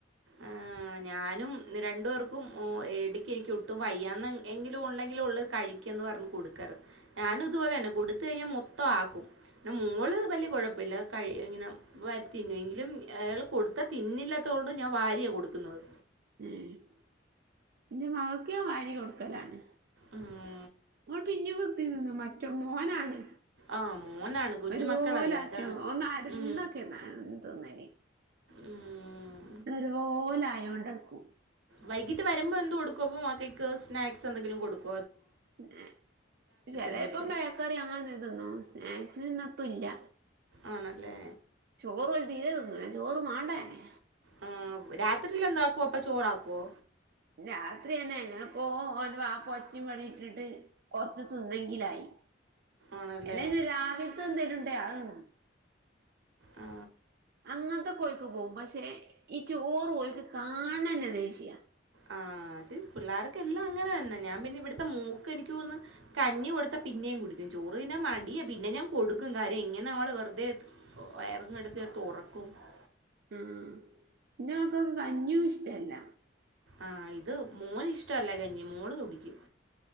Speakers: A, on the right; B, on the right.
A: ആ ആഞാനും ഇന്ന് രണ്ടു പേർക്കും ഓ എടിക്ക് എരിക്കുംഒട്ടും വയ്യാന്ന് എങ്കിലും ഉണ്ടെങ്കില്ഉള്ള്കഴിക്ക എന്ന് പർണ്കൊടുക്കാറ് ഞാനും ഇതുപോലെന്നെ കൊടുത്ത കഴിഞ്ഞ മൊത് മൊത്തൊ ആക്കും പിന്ന മോൾ വല്യ കൊഴപല്യ കഴ് ഇങ്ങനെ വാരിത്തിന്നുംഎങ്കിലും അയാൾ കൊട് ക്ക തിന്നില്ലാതോണ്ട് ഞാ വാരിയാകൊടുക്ക്ന്നത്
B: ഏ
A: ഉം
B: പിന്നിം വൃത്തി തിന്നും മറ്റൊമോനാണ്
A: ആഹ് മോനാണ് കുഞ്ഞു
B: ഒരുപോലെ
A: മക്കളല്ലേ
B: ആക്യോ
A: അതാണ്
B: ഓന് നട്ന്ന്ക്കെന്ന
A: ഉം
B: തിന്നല്
A: ഉം
B: ക്കെരുപോലായോണ്ടെട്ക്കും
A: വൈകിട്ട് വരുമ്പോ എന്തുകൊടുക്കും അപ്പൊമക്കക്ക് സ്നാക്സ് എന്തെങ്കിലും കൊട്ക്കും
B: സ്നേ ചെലേപ്പം
A: എന്തെങ്കിലും
B: ബേക്കറി അങ്ങനെ ന്തേലുംതിന്നോ സ്നേക് ത് ന്നത്തുല്യ
A: ആണല്ലേ
B: ചോറ് ഓല് തീരെ തിന്നൂലചോറ് മാണ്ടന്നെ
A: ആ രാത്രില്എന്താക്കുവോ അപ്പൊ ചോറാക്കുവോ
B: രാത്രിയെന്നെ എങ്ങനക്കോ ഓന്റെ വാപ്പ ഒച്ചിം മിളിട്ടിട്ട് കൊറച്ച് നിന്നെങ്കിലായി
A: ആണല്ലേ
B: എല്ലേപിന്നെ രാവില്ത്തെ എന്തേലും ഉണ്ടേ അഅ്തിന്നും
A: ആ
B: അങ്ങൻതൊക്കെ ഓൽക്ക് പോവും പക്ഷേ ഈ ചോറ് ഓൽക്ക് കാണ്ന്നെ ദേശ്യാ
A: ആ അത് പിള്ളേർക്കെല്ലാം അങ്ങനെ ന്നെ ഞാൻ പിന്നെ ഇവ്ട്ത്തെ മോക്ക് എനിക്കോന്ന് കഞ്ഞി കൊടുത്ത പിന്നെയും കുടിക്കും ചോറ് തിന്നാൻ മടിയാ പിന്നെ ഞാൻ കൊട്ക്കും കാര്യം ഇങ്ങനെ ഓളെ വെർദെത് വയറ് കെട്ത്തി ഒക്കെ ഒറക്കും ഹ്
B: ആ ഇന്റെ മക്കക്ക് കഞ്ഞും ഇഷ്ടല്ല
A: ആ ഇത് മോന് ഇഷ്ടല്ല കഞ്ഞി മോള് തുടിക്കും